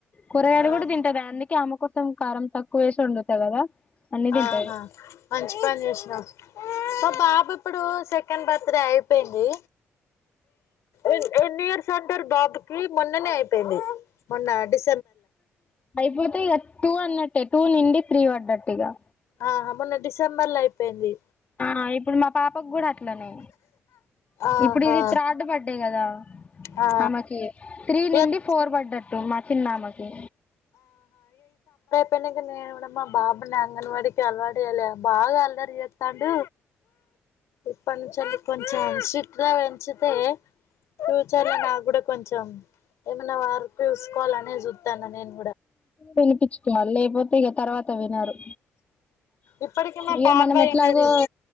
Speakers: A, on the left; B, on the left.
A: కూరగాయలు
B: ఆహా
A: కూడా తింటాది అందుకే ఆమెకో తం కారం తక్కువ వేసి ఉండుతా కదా అన్ని తింటది
B: ఆహా మంచి పని జేషినా మా బాబు ఇప్పుడు సెకండ్ బర్త్ డే అయిపోయింది ఎన్ ఎన్ని ఇయర్స్ అంటారు బాబుకిి మొన్ననే అయిపోయింది మొన్న డిస్
A: అయిపోతే ఇక టూ అన్నట్ టే టూ నుండి త్రీ పడ్డట్టు ఇగా
B: ఆ మొన్న డిసెంబర్ లో అయిపోయింది
A: ఆ ఇప్పుడు మా పాపకు కూడా అట్లనే
B: ఆహా
A: ఇప్పుడు ఇది త్రాడ్ బడ్డే కదా
B: ఆ
A: ఆమెకి త్రీ నిండి
B: ఇగ
A: ఫోర్ పడ్డట్టు మా చిన్నామకి
B: తనకి నేను కూడా మా బాబాని అంగన్వాడికి అలవాటు చేయాలి బాగా అల్లరి చేత్తాండు ఇప్పటి నుంచెల్లి కొంచెం సిట్గా పెంచితే ఫ్యూచర్ లో నాకు కూడా కొంచెం ఏమైనా వర్క్ చూసుకోవాలనే చూత్తానా నేను
A: వినిపించుకోవాలి లేకపోతే ఇక తర్వాత వినరు
B: ఇప్పుటికి మా
A: ఇక
B: పాప
A: మనం ఎట్లాగో
B: ఎన్నది